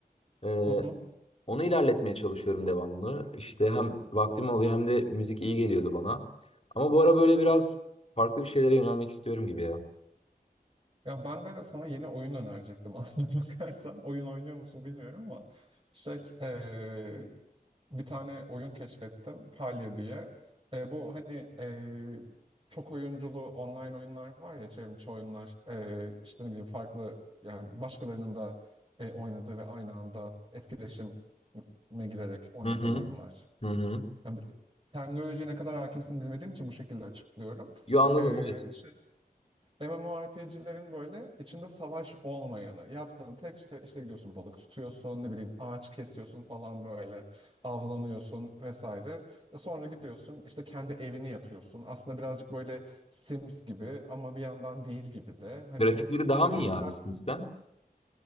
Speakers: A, on the left; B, on the right.
A: Ee,
B: Hı hı.
A: onu ilerletmeye çalışıyorum devamlı. İşte hem vaktim oluyor hem de müzik iyi geliyordu bana. Ama bu ara böyle biraz farklı bir şeylere yönelmek istiyorum gibi ya.
B: Ya ben de sana yeni oyun önerecektim aslında <laughs> bakarsan. Oyun oynuyor musun bilmiyorum ama şey eee, bir tane oyun keşfettim Palya diye. E, bu hani eee, çok oyunculu online oyunlar var ya çevrimiçi oyunlar Eee işte ne bileyim farklı yani başkalarının da e, oynadığı ve aynı anda etkileşime girerek oynadığım
A: Hı hı.
B: oyunlar.
A: Hı hı.
B: Yani terminolojiye ne kadar hakimsin bilmediğim için bu şekilde açıklıyorum.
A: Yo anladım
B: Ee,
A: evet.
B: şey, MMORPG'lerin böyle içinde savaş olmayanı. Yaptığın tek şey işte gidiyorsun balık tutuyorsun, ne bileyim ağaç kesiyorsun falan böyle, avlanıyorsun vesaire. E sonra gidiyorsun işte kendi evini yapıyorsun. Aslında birazcık böyle Sims gibi ama bir yandan değil gibi de. Hani
A: Grafikleri daha mı
B: e,
A: iyi abi Sims'ten?